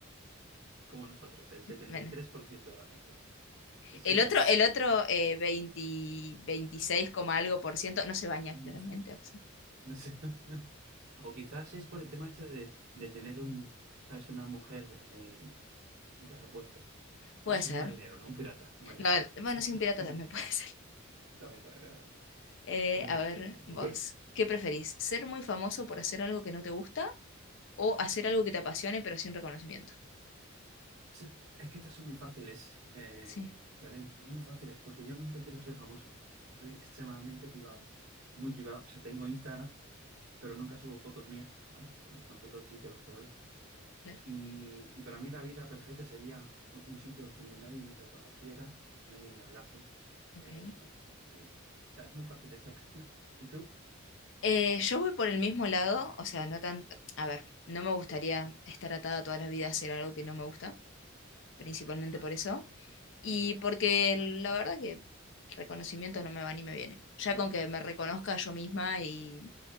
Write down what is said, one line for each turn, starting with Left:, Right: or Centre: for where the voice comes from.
Right: como nosotros, el setenta
Left: Bueno.
Right: y tres por ciento de la gente, ser
Left: El otro,
Right: un ninja.
Left: el otro eh, 20 26, coma algo por ciento no se baña
Right: Mm,
Left: claramente. o sea,
Right: no sé. <laughs> O quizás es por el tema este de, de tener un, ¿sabes? una mujer en, en cada puerto.
Left: puede
Right: No, eso
Left: ser.
Right: es un marinero, no un pirata, un marinero.
Left: No, bueno, sí, un pirata también
Right: <laughs>
Left: <laughs> puede ser.
Right: También, también, también.
Left: Eh, a
Right: Venga,
Left: ver, vos,
Right: tu turno.
Left: ¿qué preferís? ¿Ser muy famoso por hacer algo que no te gusta o hacer algo que te apasione pero sin reconocimiento?
Right: Es, es que estas son muy fáciles, eh,
Left: Sí,
Right: Belén, pues muy fáciles, porque yo nunca quiero ser famoso. O sea, soy extremadamente privado, muy privado. O sea, tengo Instagram, pero nunca subo fotos mías, ¿vale? Son, son fotos de sitios a los que voy.
Left: claro.
Right: Y, y para mí la vida perfecta sería un sitio donde nadie me reconociera, nadie me hablase.
Left: Ok.
Right: Eh, sí, o sea, es muy fácil estar. <laughs> ¿Y tú?
Left: Eh, yo voy por el mismo lado, o sea, no tan... A ver, no me gustaría estar atada toda la vida a hacer algo que no me gusta, principalmente
Right: Ah,
Left: por
Right: vale.
Left: eso. Y
Right: Ujú.
Left: porque la verdad que reconocimiento no me va ni me viene. Ya con que me reconozca yo misma y